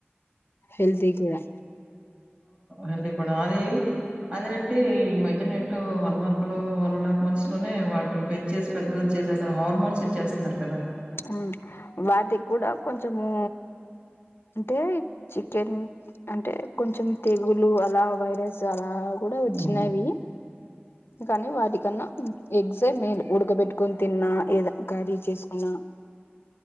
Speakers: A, on the left; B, on the right.
A: హెల్తీ కూడా
B: హెల్ది కూడా అదీ అదే అంటే ఈ మధ్యన ఏంటో వన్ మంత్ లో వన్ అండ్ హాఫ్ మంత్స్ లోనే వాటిని పెంచేసి పెద్ద చేసేస్తన్నారు హార్మోన్స్ ఇచ్చేస్తన్నారు
A: ఉ వాటిక్కూడ కొంచము అంటే చికెన్ అంటే కొంచెం తెగులు అలా వైరస్ అలా కూడా వచ్చినవి
B: హ్మ్.
A: కానీ వాటికన్నా ఎగ్సే మేయి ఉడకబెట్టుకొని తిన్నా ఏదా కరీ చేసుకున్నా